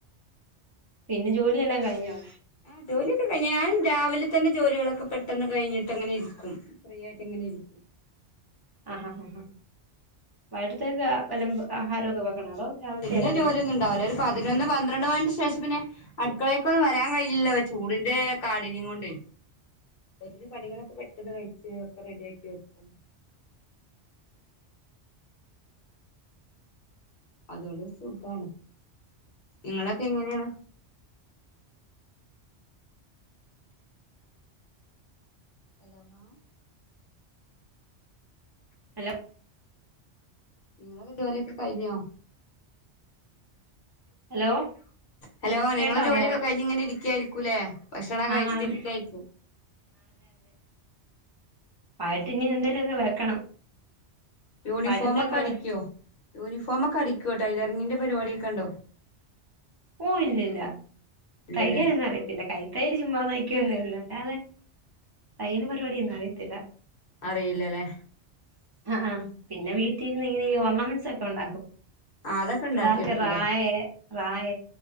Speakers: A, on the right; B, on the left.
A: പിന്നെ ജോലിയെല്ലാം കഴിഞ്ഞോ
B: ആഹ് ജോലിയൊക്കെ കഴിഞ്ഞ് ഞാൻ രാവിലെ തന്നെ ജോലികളൊക്കെ പെട്ടെന്ന് കഴിഞ്ഞിട്ട് അങ്ങനെ ഇരിക്കും ഫ്രീ ആയിട്ട് ഇങ്ങനെ ഇരിക്കും
A: ആഹാ ആഹാ വയ്ട്ത്തേക്ക് വല്ല ആഹാരമൊക്കെ വെക്കണോ അതോ രാവിലത്തെ
B: പിന്നെ
A: എല്ലാം
B: ജോലിയൊന്നും
A: കാണോ
B: ഉണ്ടാവില്ല ഒരു പതിനൊന്ന് പന്ത്രണ്ട് മണിന്റെ ശേഷം പിന്നെ അടുക്കളെക്കൊന്നും വരാൻ കഴില്ലോ ചൂടിന്റെ കാഠിന്യയം കൊണ്ട് അപ്പോത്ത്ന് പണികളൊക്കെ പെട്ടെന്ന് കഴിച്ച് ഒക്കെ റെഡിയാക്കി വെക്കും അതോണ്ട് സുഖാണ് നിങ്ങളൊക്കെ എങ്ങനെയാണ് ഹലോ മാം
A: ഹലോ
B: നിങ്ങളൊക്കെ ജോലിയൊക്കെ കഴിഞ്ഞോ
A: ഹലോ
B: ഹലോ
A: കേക്കാവോ
B: നിങ്ങളെ ജോലിയൊക്കെ കഴിഞ്ഞ് ഇങ്ങനെ ഇരിക്കയായിരിക്കൂല്ലേ ഭക്ഷണം കഴിച്ചിട്ടിരിക്കായിരിക്കും
A: ആ അതെ പാട്ടഞ്ഞ എന്തേലും ഒക്കെ വെക്കണം
B: യൂണിഫോമ
A: വൈകിട്ടത്തേക്കുള്ള
B: ഒക്കെ അടിക്കുവോ യൂണിഫോമ ഒക്കെ അടിക്കോ ടൈലറിങ്ങിന്റെ പരിപാടിക്കെ ഉണ്ടോ
A: ഓ ഇല്ലില്ല
B: ഇല്ലല്ലേ
A: തൈകൻന്ന അറിയത്തില്ല കൈ തയൽ ചുമ്മാതയ്ക്കന്ന വുന്നല്ലേ അതെ തയൽ പരിപാടിയൊന്നും അറിയത്തില്ല
B: അറിയില്ലല്ലേ
A: ആഹ് ആഹ് പിന്നെ വീട്ടിരുന്ന് ഇങ്ങനെ ഈ ഓർണമെന്റ്സ് ഒക്കെ ഉണ്ടാക്കും
B: ആ അതൊക്കെ ഉണ്ടാക്കിയെടുക്കൂലേ
A: പിള്ളേർക്കെ റായ റായ